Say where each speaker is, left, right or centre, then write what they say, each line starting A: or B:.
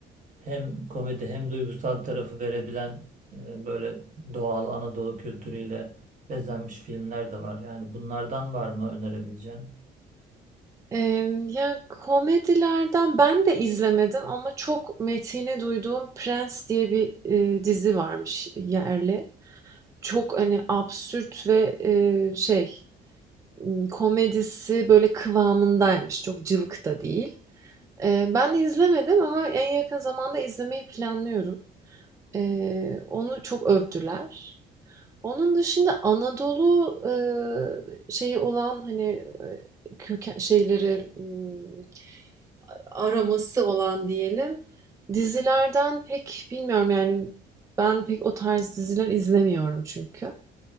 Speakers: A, on the right; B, on the right.
A: hem komedi hem duygusal tarafı verebilen e, böyle doğal Anadolu kültürüyle bezenmiş filmler de var. Yani bunlardan var mı önerebileceğin?
B: Eee, ya komedilerden ben de izlemedim ama çok metini duyduğum Prens diye bir e, dizi varmış yerli. Çok hani absürt ve e, şey ım, komedisi böyle kıvamındaymış. Çok cıvık da değil. Ee, ben izlemedim ama en yakın zamanda izlemeyi planlıyorum. Ee, onu çok övdüler. Onun dışında Anadolu e, şeyi olan hani e, köken şeyleri ım, araması olan diyelim. Dizilerden pek bilmiyorum yani ben pek o tarz diziler izlemiyorum çünkü.